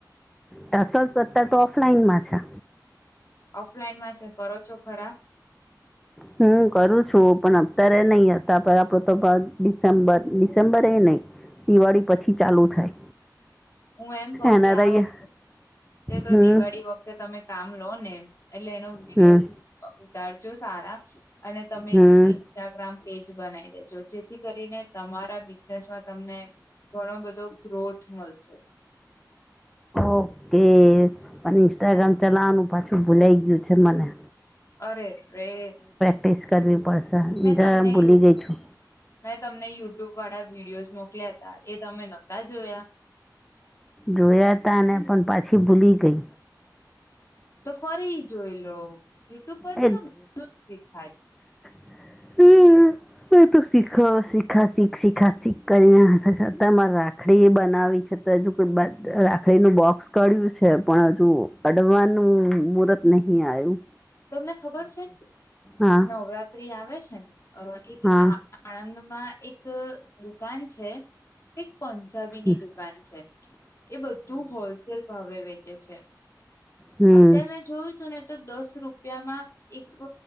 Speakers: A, in the centre; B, on the left.
A: ટસા અ તો ઓફલાઈન માં છે.
B: ઓફલાઈન માં છે કરો છો ખરા.
A: હું કરું છું પણ અત્યારે નહી હતા આપડ તો ડિસેમ્બર ડિસેમ્બરે એ નહી. દિવાળી પછી ચાલુ થાય.
B: હું એમ કઉ
A: એના
B: કે આ
A: રહીએ
B: વખતે. એ તો
A: હમ
B: દિવાળી વખતે તમે કામ લો ને એટલે એનો વિડીયો.
A: હમ
B: ઉતારજો સારા અને તમે.
A: હમ
B: ઇન્સ્ટાગ્રામ પેજ બનાવી લેજો જેથી કરીને તમારા બિઝનેસમાં તમને. ઘણો બધો ગ્રોથ મળશે.
A: ઓકે પણ ઇન્સ્ટાગ્રામ ચલાવાનું પાછું ભૂલાઈ ગયું છે મને.
B: અરે રે.
A: પસ કરવી પડશે
B: મેં
A: તો
B: તમને
A: ભૂલી
B: યુટ્યુબ
A: ગઈ છું.
B: મેં તમને યુટ્યુબ વાળા વિડીયોઝ મોકલ્યા હતા એ તમે નહોતા જોયા.
A: જોયા ત પણ પાછી ભૂલી ગઈ.
B: તો ફરી જોઈ લો યુટ્યુબ પરથી
A: એ
B: તો બધું શીખાય.
A: હમ, હ. શીખ, શીખા, શીખ, શીખા, શીખ કરીને રાખડી એ બનાવી છે. હજુ રાખડી નું બોક્સ ક્યું છે, પણ હજુ કડવાનું મુર્ત. નહીં આયું.
B: તમને ખબર છે,
A: હા
B: નવરાત્રી આવે છે ને, એક
A: હા
B: આ આણંદમાં એક દુકાન છે, એક પંજાબી ની
A: હમ
B: દુકાન. દુકાન છે, એ બધું હોલસેલ ભાવે વેચે છે.
A: હમ હમ
B: અત્યારે મેં જોયું તું ને, તો દસ રૂપ રૂપિયા માં એક